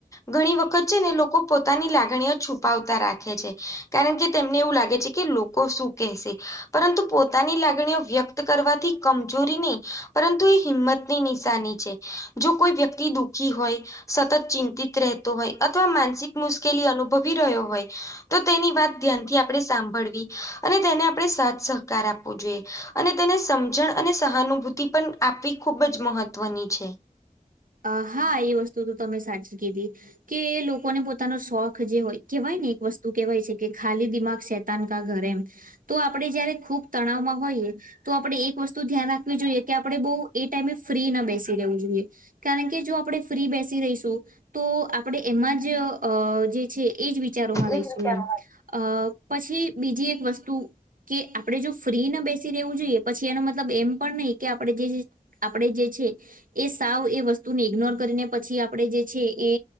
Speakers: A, on the left (about 20°); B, on the right (about 65°).
A: ઘણી વખત છે ને લોકો પોતાની લાગણીઓ છુપાવતા રાખે છે કારણ કે તેમને એવું લાગે છે કે લોકો શું કેસે પરંતુ પોતાની લા ગણીઓ વ્યક્ત કરવાથી કમજોરી ની પરંતુ એક હિંમત ની નિશાની છે જો કોઈ વ્યક્તિ દુઃ ખી હોય સતત ચિંતિત રહેતો હોય અથવા માનસિક મુશ્કેલી અનુભવી રહ્યો હોય તો તેની વાત ધ્યાનથી આપણે સાંભળવી અને તેને આપણે સાથ સહકાર આપવો જોઈએ અને તેને સમજણ અને સહાનુભૂતિ પણ આપવી ખૂબ જ મહત્વની છે.
B: અ હા એ વસ્તુ તો તમે સાચી કીધી કે લોકોને પોતાનો શોખ જે હોય કેહેવાય ને એક વસ્તુ કેહેવાય છે કે ખાલી દિમાગ શેતાન કા ઘરે એમ તો આપડે જયારે ખૂબ તણાવમાં હોઈએ તો આપણે એક વસ્તુ ધ્યાન રાખવી જોઈએ કે આપણે બો એ ટાઈમે ફ્રી ના બેસી રહેવું જોઈએ. કારણ કે જો આપણે ફ્રી બેસી રહીશું તો આપણે એમાં જ અ જે છે એ જ વિચારોમાં
A: એક
B: રહીશું
A: વિચાર
B: એમ અ પછી બીજી એક વસ્તુ કે આપડે જો ફ્રી ન બેસી રેવું જોઈએ પછી એનો મતલબ એમ પણ નહી કે આપણે જે આપણેે જે છે એ સાવ એ વસ્તુ ને ઈગ્નોર કર ને પછી આપણે જે છે એ